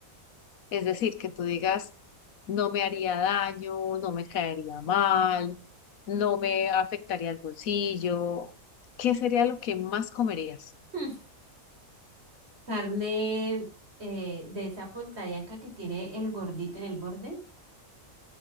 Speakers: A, on the left (about 75°); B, on the right (about 45°).
A: es decir, que tú digas, no me haría daño, no me caería mal, no me afectaría el bolsillo, ¿qué sería lo que más comerías?
B: Mm. Carne eh, de esa pontallaca que tiene el gordito en el borde,